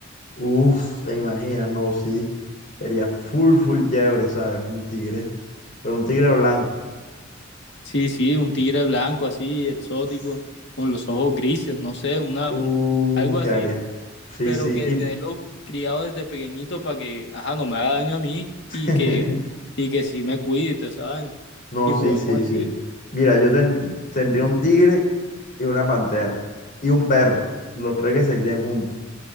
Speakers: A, on the left; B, on the left.
A: Uf, te imaginas, no, sí. Sería full, full chévere, ¿sabes? Un tigre, pero un tigre blanco.
B: sí, sí, un tigre blanco así,
A: Uf.
B: exótico, con los ojos grises, no sé, una,
A: Uh,
B: un- algo
A: qué
B: así.
A: área. Sí,
B: pero
A: sí.
B: que
A: y-
B: tenerlo criado desde pequeñito para que, ajá, no me haga daño a mí
A: <laughs>
B: y que, y que sí me cuide y toda esa vaina.
A: No,
B: Y
A: sí,
B: jugar
A: sí,
B: con el
A: sí.
B: tigre.
A: Mira, yo ten- tendría un tigre y una pantera y un perro, los tres que se crían juntos.